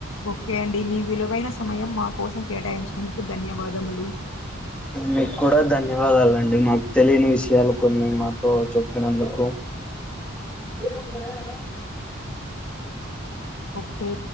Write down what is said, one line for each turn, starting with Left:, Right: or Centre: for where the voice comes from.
Left: okay అండి మీ విలువైన సమయం మా కోసం కేటాయించినందుకు ధన్యవాదములు
Centre: మీకు కూడా ధన్యవాదాలండి మాకు తెలియని విషయాలు కొన్ని మాతో చెప్పినందుకు ఎ
Left: ఓకే